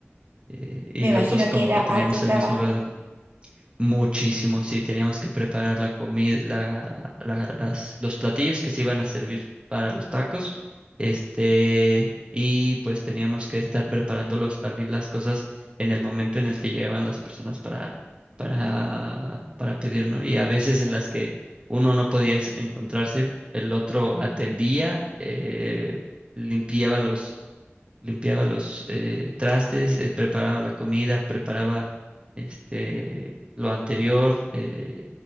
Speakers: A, on the right; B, on the right.
A: eh, y
B: Me
A: los
B: imagino
A: dos como
B: que era
A: que
B: harto
A: teníamos
B: trabajo.
A: el mismo grado Muchísimo, sí, teníamos que preparar la comida, la, la- las, los platillos que se iban a servir para los tacos, este, y pues teníamos que estar preparándolos también las cosas en el momento en el que llegaban las personas para, para, para pedir, ¿no? Y a veces en las que uno no podía es- encontrarse, el otro atendía, eh, limpiaba limpiaba los eh, trastes, eh, preparaba la comida, preparaba este, lo anterior, eh,